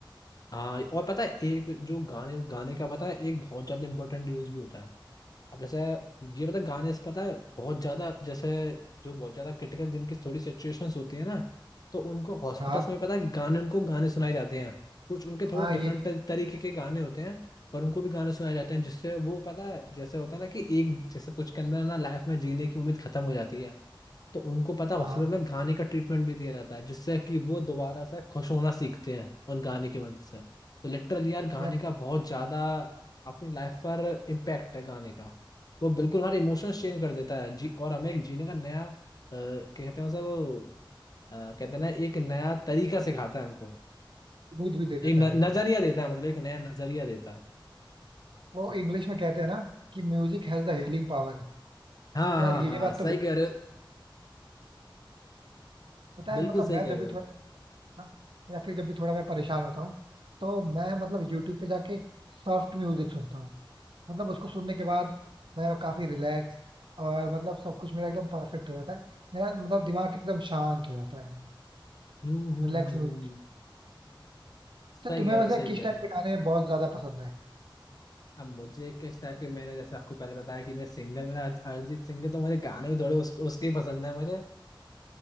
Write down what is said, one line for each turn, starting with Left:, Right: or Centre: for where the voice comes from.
Left: हाँ और पता है एक जो गाने गाने का पता है एक बहुत ज्यादा इंपॉर्टेंट यूज भी होता है अब जैसे ये पता है, गाने से पता है बहुत ज्यादा जैसे जो बहुत ज्यादा क्रिटिकल जिनकी थोड़ी सिचुएशंस होती है ना तो उनको हॉस्पिटल्स
Right: हाँ
Left: में पता है गाने उनको गाने सुनाए जाते हैं कुछ उनके थोड़े
Right: हाँ
Left: डिफरेंट
Right: ये थी
Left: तरीके के गाने होते हैं पर उनको भी गाने सुनाए जाते हैं जिससे वो पता है जैसे होता है ना कि एक जैसे कुछ के अंदर ना लाइफ में जीने की उम्मीद खत्म हो जाती है तो उनको पता है
Right: हाँ
Left: हॉस्पिटल में गाने का ट्रीटमेंट भी दिया जाता है जिससे कि वो दोबारा से खुश होना सीखते हैं उन गाने की मदद से तो लिटरली यार गाने
Right: यार
Left: का बहुत ज्यादा अपनी लाइफ पर इम्पैक्ट है गाने का वो बिल्कुल हमारे इमोशंस चेंज कर देता है जी और हमें एक जीने का नया अ, क्या कहते हैं उसे वो अ, कहते हैं ना एक नया तरीका सिखाता है हमको
Right: उम्मीद भी दे
Left: एक
Right: देता
Left: न,
Right: है भाई
Left: नजरिया देता है मतलब एक नया नजरिया देता है
Right: वो इंग्लिश में कहते हैं ना कि music has the healing power तो
Left: हाँ हाँ
Right: यार ये
Left: हाँ
Right: बात
Left: सही
Right: तो बिल-
Left: कह रहे
Right: पता
Left: हो
Right: है
Left: बिल्कुल
Right: मतलब
Left: सही
Right: मैं
Left: कह
Right: जब
Left: रहे
Right: भी
Left: हो
Right: थोड़ा ना या फिर जब भी थोड़ा मैं परेशान होता हूँ तो मैं मतलब यूट्यूब पे जाके सॉफ्ट म्यूजिक सुनता हूँ मतलब उसको सुनने के बाद मैं काफी रिलैक्स और मतलब सब कुछ मेरा एकदम परफेक्ट हो जाता है मेरा मतलब दिमाग एकदम शांत हो जाता है
Left: हम्म हम्म
Right: Relax
Left: हम्म
Right: music
Left: हम्म सही
Right: तो तुम्हें
Left: कह रहे
Right: वैसे
Left: हो सही
Right: किस
Left: कह
Right: टाइप
Left: रहे हो
Right: के गाने बहुत ज्यादा पसंद है
Left: अब मुझे किस टाइप की मैंने जैसे आपको पहले बताया कि मैं सिंगर मेरा अर- अरिजीत सिंह है तो मुझे गाने भी थोड़े उसके उसके ही पसंद है मुझे